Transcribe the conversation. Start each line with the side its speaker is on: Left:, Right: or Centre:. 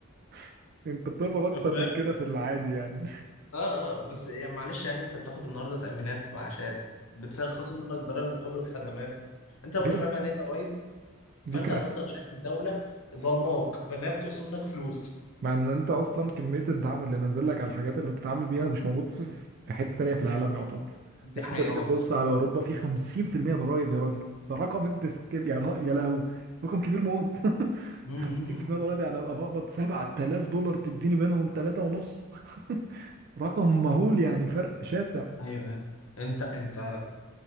Right: <laughs> انت بتقبض اكتر
Left: فاهم
Right: من كده في العادي يعني
Left: اه اه بس يعني معلش يعني انت بتاخد النهارده تأمينات معاشات بتخصم منك ضرائب مقابل خدمات انت لو
Right: ايوه
Left: مش فاهم يعني ايه ضرائب
Right: دي
Left: فانت
Right: كارثه
Left: هتفضل شايف الدولة ظلماك فانها بتقسم منك فلوس
Right: مع ان انت اصلا كميه الدعم اللي نازل لك على الحاجات اللي بتتعامل بيها مش موجود في في حته تانية في العالم يعتبر
Left: دي
Right: يعني
Left: حقيقة
Right: انت تيجي
Left: والله
Right: تبص على اوروبا في 50% ضرايب يا راجل ده رقم ابن سكين يعني ر- يا لهوي رقم كبير موت <laughs>
Left: م-
Right: 50%
Left: م- م.
Right: ضرايب يعني ابقى بقبض 7000 دولار تديني منهم 3 ونص <laughs> رقم مهول يعني فرق شاسع
Left: ايوه ايوه انت انت